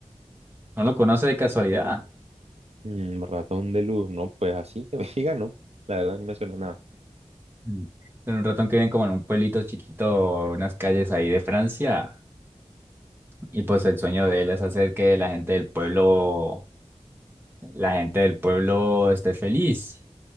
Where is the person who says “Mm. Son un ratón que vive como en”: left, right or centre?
Right